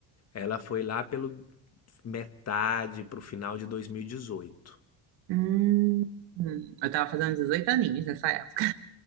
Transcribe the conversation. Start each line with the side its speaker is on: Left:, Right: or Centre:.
Left: ela foi lá pelo metade pro final de 2018.
Right: Hum, eu tava fazendo 18 aninhos nessa época.